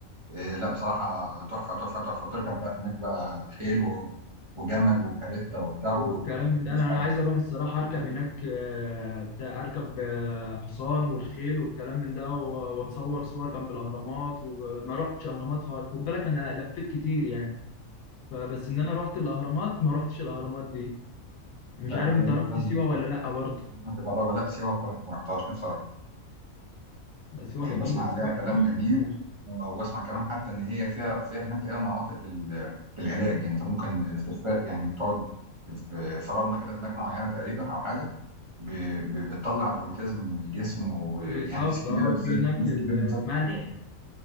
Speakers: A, on the right; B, on the left.
A: إيه، لا بصراحه تحفه تحفه تحفه وتركب بقى هناك بقى خيل و- وجمل وكاريتا وبتاع ومفيش
B: والكلام من ده انا انا
A: حاجه
B: عايز اروح الصراحه اركب هناك آه، بتاع اركب آه، حصان والخيل والكلام من ده و- واتصور صور جنب الاهرامات وما رحتش اهرامات خالص خد بالك انا لفيت كتير يعني فبس ان انا رحت الاهرامات ما رحتش الاهرامات دي مش
A: لا
B: عارف
A: لا
B: انت رحت
A: لازم
B: سيوه ولا لا برضه
A: لازم تجربها لا سيوه بصراحه ما رحتهاش نفسي
B: لا سيوه
A: يعني
B: جميله
A: بسمع عليها
B: سيوه
A: كلام
B: تحفه
A: جميل
B: الصراحه
A: و- واسمع كمان حتى ان هي فيها فيها هناك اي مناطق لل- للعلاج يعني انت ممكن استشفاء يعني تقعد في في رمله كده هناك معينه تقريبا او حاجه ب- ب- بتطلع الروماتيزم من الجسم ويعني
B: بالظبط
A: الناس الكبيره
B: اه
A: بالذات
B: في هناك
A: يعني الناس
B: الملح
A: الكبيره بالذات بتبقى كده.